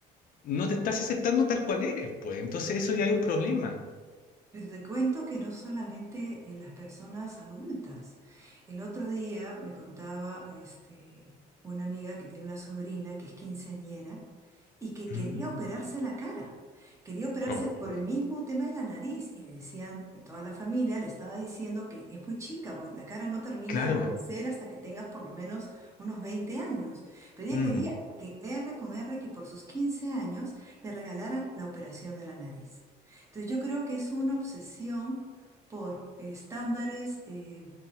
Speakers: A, on the left (about 55°); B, on the right (about 15°).
A: no te estás aceptando tal cual eres, pues. Entonces eso ya hay un problema.
B: Pero te cuento que no solamente eh, las personas adultas. El otro día me contaba este, una amiga que tiene una sobrina que es quinceañera y que quería
A: Mm.
B: operarse la cara. Quería operarse
A: Oh,
B: por el mismo tema de la nariz y le decían, toda la familia le estaba diciendo que es muy chica porque la cara no termina
A: claro.
B: de crecer hasta que tengas por lo menos unos 20 años. Pero ella
A: Mm.
B: quería que R con R, que por sus 15 años le regalaran la operación de la nariz. Entonces yo creo que es una obsesión por eh, estándares, eh,